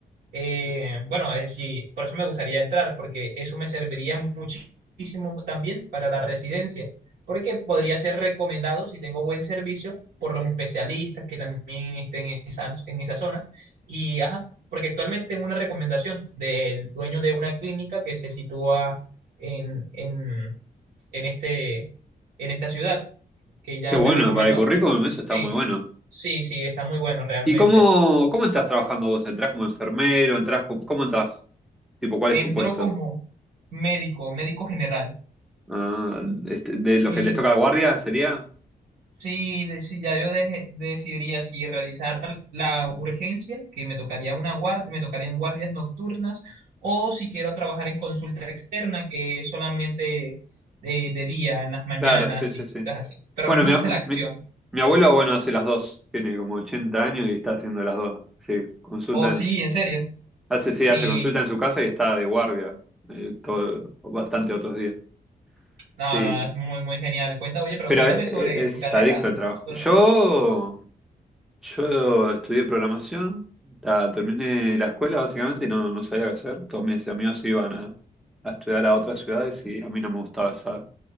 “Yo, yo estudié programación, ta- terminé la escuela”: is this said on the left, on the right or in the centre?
Centre